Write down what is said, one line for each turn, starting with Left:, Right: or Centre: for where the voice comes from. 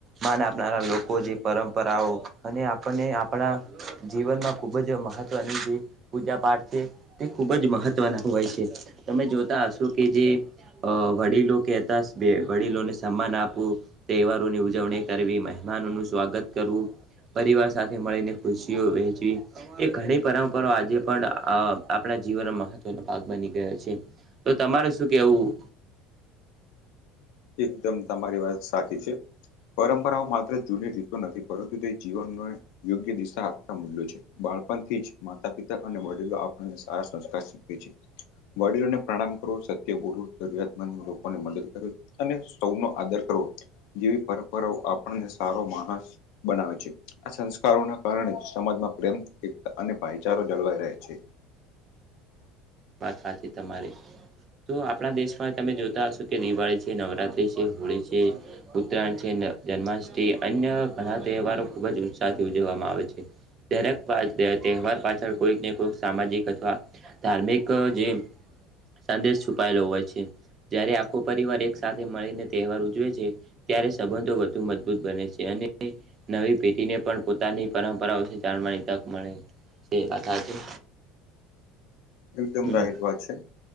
Right: માન આપનારા લોકો જે પરંપરાઓ અને આપણને આપણા જીવનમાં ખૂબ જ મહ તવની જે પૂજા પાઠ છે, તે ખૂબ જ મહત્વના હોય છે. તમે જોતા હશો કે જે અ વડીલો કહેતા વડીલોને સન્માન આપવું તહેવારોની ઉજવણી કરવી મહેમાનોનું સ્વાગત કરવું. પરિવાર સાથે મળીને ખુશીઓ વહેચવી એ ઘણી પરંપરા આજે પણ અ આપણા જીવનમાં મહ તવનો ભાગ બની ગયો છે, તો તમારું શું કેવું?
Left: એકદમ તમારી વાત સાચી છે. પરંપરાઓ માત્ર જૂની રીતો નથી પરંતુ તે જીવનને યોગ્ય દિશા આપતા મૂલ્યો છે. બાળપણથી જ માતા પિતા અને વડીલો આપણને સારા સંસ્કાર શીખવે છે. વડીલોને પ્રણામ કરવો સત્ય બોલવ જરૂરિયાતમંદ લોકોને મદદ કરવી અને સૌનો આદર કરવો જેવી પરંપરાઓ આપણને સારો માણસ બનાવે છે. આ સંસ્કારોના કારણે જ સમાજમાં પ્રેમ, એકતા અને ભાઈચારો જળવાઈ રહે છે.
Right: વાત હાચી તમારી તો આપણા દેશમાં તમે જોતા હશો કે દિવાળી છે, નવરાત્રિ છે, હોળી છે. ઉત્તરાયણ છે, જન્માષ્ટી અન્ય ઘણા તહેવારો ખુબ જ ઉત્સાહથી ઉજવવામાં આવે છે. દરેક પા તહેવાર પાછળ કોઈક ને કોઈક સામાજિક અથવા ધાર્મિ ક જે સંદેશ છુપાયેલો હોય છે. તયારે આખો પરિવાર એક સાથે મળીને તહેવાર ઉજવે છે. ત્યારે સંબંધો વધુ મજબૂત બને છે, અને નવી પેઢીને પણ પોતાની પરંપરાઓ થી જાણવાની તક મળે છે, વાત સાચી
Left: એકદમ
Right: હમ
Left: રાઈટ વાત છે.